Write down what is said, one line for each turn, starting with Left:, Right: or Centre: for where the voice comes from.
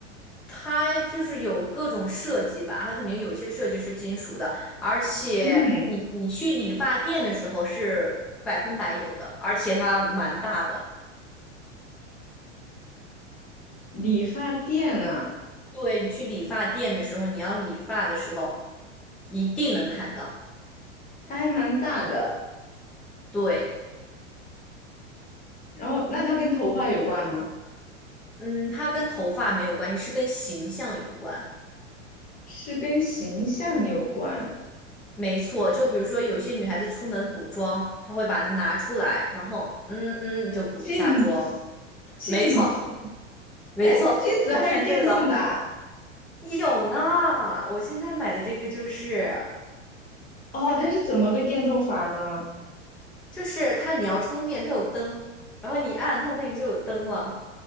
Centre: 它就是有各种设计吧，它肯定有些设计是金属的，而且你你去理发店的时候是百分百有的，
Left: 嗯，
Centre: 而且它蛮大的。
Left: 理发店啊，
Centre: 对，你去理发店的时候，你要理发的时候一定能看到。
Left: 它还蛮大的。
Centre: 对，
Left: 然后，那它跟头发有关吗？
Centre: 嗯，它跟头发没有关系，是跟形象有关。
Left: 是跟形象有关。
Centre: 没错，就比如说有些女孩子出门补妆，她会把它拿出来，然后嗯嗯就补一下妆。
Left: 镜子，镜子，
Centre: 没错，没错，
Left: 哎，镜子还有电动的啊
Centre: 你猜对了。有呢，我现在买的这个就是，
Left: 哦，它是怎么个电动法呢？
Centre: 就是它你要充电，它有灯，然后你一按它那个就有灯了。